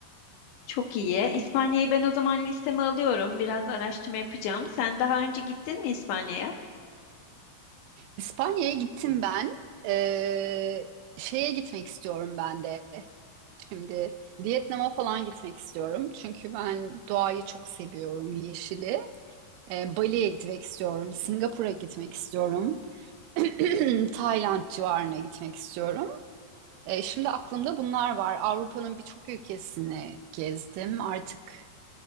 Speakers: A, on the left; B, on the right.
A: Çok iyi. İspanya'yı
B: Bu
A: ben o zaman listeme alıyorum. Biraz araştırma yapacağım. Sen daha önce gittin mi İspanya'ya?
B: İspanya'ya gittim ben. Ee, şeye gitmek istiyorum ben de. Şimdi Vietnam'a falan gitmek istiyorum. Çünkü ben doğayı çok seviyorum, yeşili. Ee, Bali'ye gitmek istiyorum. Singapur'a gitmek istiyorum. <clears throat> Tayland civarına gitmek istiyorum. Ee, şimdi aklımda bunlar var. Avrupa'nın birçok ülkesini gezdim. Artık